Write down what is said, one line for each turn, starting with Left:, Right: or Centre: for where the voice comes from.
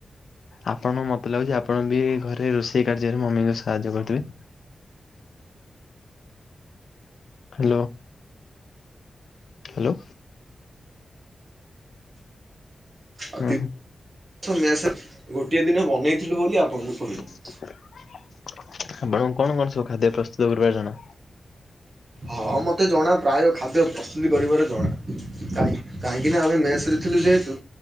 Left: ଆପଣଙ୍କୁ ମତେ ଲାଗୁଛି ଆପଣ ବି ଘରେ ରୋଷେଇ କାର୍ଯ୍ୟରେ ମମିଙ୍କୁ ସାହାଯ୍ୟ କରୁଥିବେ? ହ୍ୟାଲୋ। ହ୍ୟାଲୋ।
Right: ଆଉ
Left: ହୁଁ
Right: ତିନ
Left: ହୁଁ
Right: ମେସରେ ଗୋଟିଏ ଦିନ ବନେଇଥିଲୁ ବୋଲି ଆପଣଙ୍କୁ କହିଲି।
Left: ଆପଣଙ୍କୁ କଣ କଣ ସବୁ ଖାଦ୍ୟ ପ୍ରସ୍ତୁତ କରିବାର ଜଣା?
Right: ହଁ ମତେ ଜଣା ପ୍ରାୟ ଖାଦ୍ୟ ପ୍ରସ୍ତୁତି କରିବାର ଜଣା କାଁହିଁ କାହିଁକିନା ଆମେ ମେସ୍ରେ ଥିଲୁ ଯେହେତୁ